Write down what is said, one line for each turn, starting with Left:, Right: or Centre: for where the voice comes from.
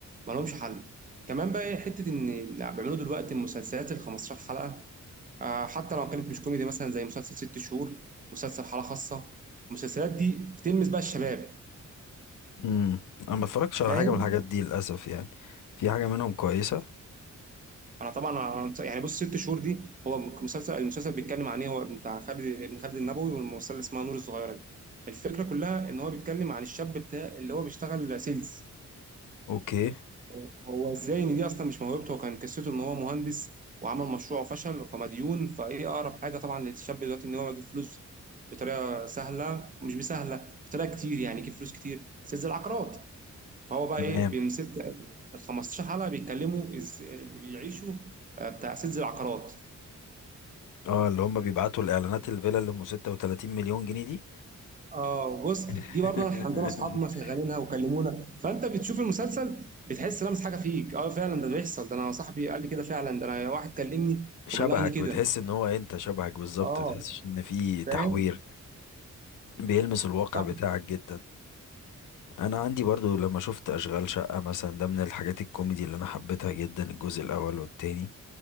Right: ما لهمش حل كمان بقى حته ان اللي بيعملوا دلوقتي المسلسلات ال 15 حلقه آه، حتى لو كانت مش كوميدي مثلا زي مسلسل ست شهور مسلسل حالة خاصة المسلسلات دي بتلمس بقى الشباب
Left: امم انا ما اتفرجتش
Right: فاهم
Left: على حاجه من الحاجات دي للاسف يعني في حاجه منهم كويسه
Right: انا طبعا أنا يعني بص ست شهور دي هو مسلسل المسلسل بيتكلم عن ايه هو بتاع خالد ابن خالد النبوي والممثله اللي اسمها نور الصغيره دي الفكره كلها ان هو بيتكلم عن الشاب بتاع اللي هو بيشتغل سيلز
Left: اوكي
Right: هو هو ازاي ان دي اصلا مش موهبته هو كان قصته ان هو مهندس وعمل مشروع وفشل فمديون فايه اقرب حاجه طبعا للشاب دلوقتي ان هو يجيب فلوس بطريقه سهله مش بسهله بطريقه كتير يعني يجيب فلوس كتير سيلز العقارات فهو بقى
Left: تمام
Right: ايه بيمسك ال 15 حلقه بيتكلموا إز- اللي بيعيشوا آه، بتاع سيلز العقارات
Left: اه اللي هم بيبعتوا الاعلانات الفيلا اللي ام 36 مليون جنيه دي
Right: اه بص
Left: <laughs>
Right: دي برضه عندنا اصحابنا شغالينها وكلمونا فانت بتشوف المسلسل بتحس لمس حاجه فيك اه فعلا ده بيحصل ده انا صاحبي قال لي كده فعلا ده انا واحد كلمني
Left: شبهك
Right: وبلغني كده
Left: بتحس ان هو انت شبهك بالظبط
Right: اه
Left: ما بتحسش ان في تحوير
Right: فاهم
Left: بيلمس الواقع
Right: صح
Left: بتاعك جدا انا عندي برضو لما شفت اشغال شقه مثلا ده من الحاجات الكوميدي اللي انا حبيتها جدا الجزء الاول والتاني